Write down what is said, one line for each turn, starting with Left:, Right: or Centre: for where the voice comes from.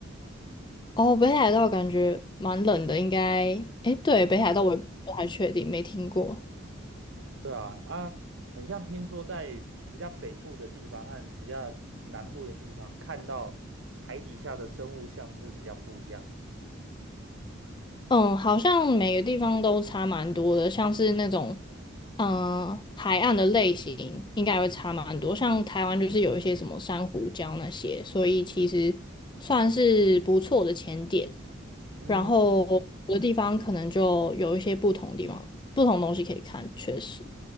Left: 哦，北海道感觉蛮冷的，应该，诶，对，
Right: 嗯。
Left: 北海道我也不太确定，没听过。
Right: 对啊，啊，很像听说在比较北部的地方和比较南部的地方，看到海底下的生物像是比较不一样。
Left: 嗯，好像每个地方都差蛮多的，像是那种，嗯、海岸的类型应该也会差蛮多。像台湾就是有一些什么珊瑚礁那些，所以其实算是不错的前点。
Right: 嗯，
Left: 然后有的地方可能就有一些不同地方、不同东西可以看，确实。